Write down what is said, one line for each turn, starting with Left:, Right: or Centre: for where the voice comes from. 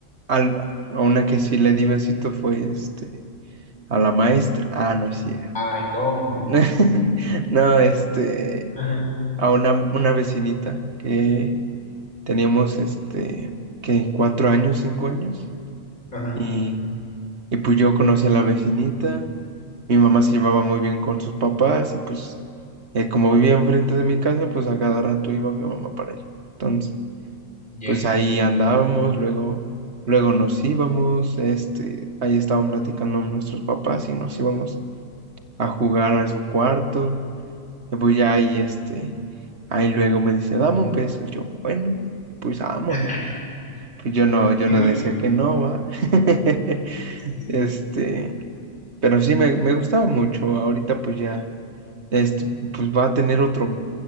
Right: al- a una que sí le di besito fue, este, a la maestra. Ah, no es cierto.
Left: Ay, ¿cómo?
Right: <laughs> No, este,
Left: Ajá.
Right: a una, una vecinita que teníamos, este, que cuatro años, cinco años.
Left: Ajá,
Right: Y Y pues yo conocí a la vecinita, mi mamá se llevaba muy bien con sus papás y pues eh, como vivía enfrente de mi casa, pues a cada rato iba mi mamá para allá. Entonces,
Left: ya.
Right: pues ahí andábamos, luego, luego nos íbamos, este, ahí estaban platicando nuestros papás y nos íbamos a jugar a su cuarto. Y pues ya ahí, este, ahí luego me dice, dame un beso. Y yo, bueno, pues vámonos.
Left: <laughs>
Right: Pues yo no, yo
Left: Yo
Right: no
Left: creo
Right: decía que no, va. <laughs>
Left: que es
Right: Este, Pero sí, me, me gustaba mucho. Ahorita pues ya, este, pues va a tener otro,